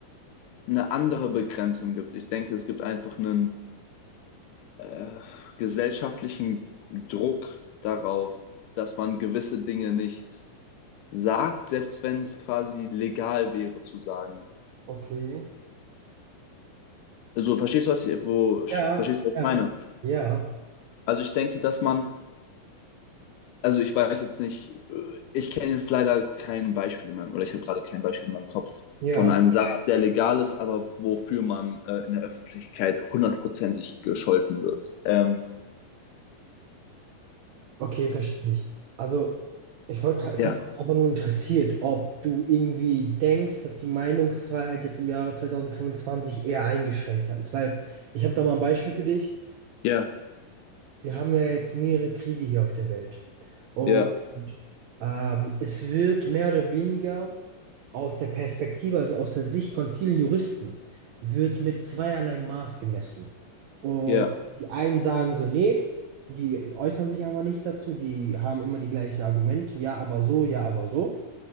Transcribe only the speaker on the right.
okay.
Ja,
ja,
ja.
Ja,
okay, verstehe ich. Also, ich wollte, es
hat mich einfach nur interessiert, ob du irgendwie denkst, dass die Meinungsfreiheit jetzt im Jahre 2025 eher eingeschränkter ist. Weil ich habe da mal ein Beispiel für dich.
Wir haben ja jetzt mehrere Kriege hier auf der Welt. Und
ähm, es wird mehr oder weniger. Aus der Perspektive, also aus der Sicht von vielen Juristen, wird mit zweierlei Maß gemessen. Und
die einen sagen so, nee, die äußern sich aber nicht dazu, die haben immer die gleichen Argumente, ja, aber so, ja, aber so.